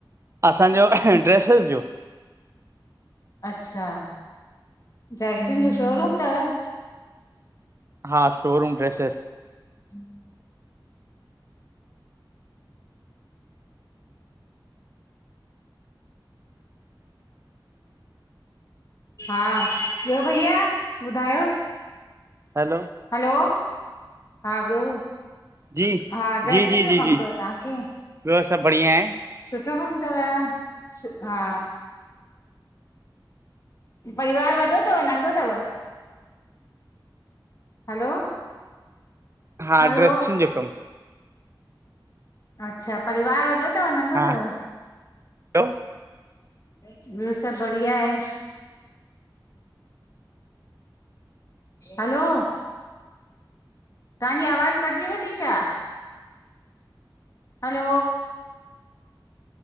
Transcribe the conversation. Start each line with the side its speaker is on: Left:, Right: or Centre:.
Right: असांजो ड्रेसिज जो।
Left: अच्छा ड्रेसुन जो शोरूम तव?
Right: हा शोरूम ड्रेसेस।
Left: हम्म --
Right: <inaudible>
Left: हा, ॿियो भईया ॿुधायो।
Right: Hello,
Left: hello! हा, ॿियो
Right: जी
Left: हा ड्रेसुन
Right: जी जी
Left: जो
Right: जी
Left: कम
Right: जी
Left: अथव तव्हांखे।
Right: ॿियो सब बढ़िया आहे।
Left: सुठो कम तव हा। परिवार वॾो तव नंढो तव। हलो!
Right: हा,
Left: हलो
Right: ड्रेसुन जो कम।
Left: अच्छा परिवार वॾो तव व नंढो
Right: हा
Left: तव।
Right: हैलो
Left: ॿियो सब बढ़िया आहे। हलो! तांजी आवाज़ कटजेव ती छा? हलो!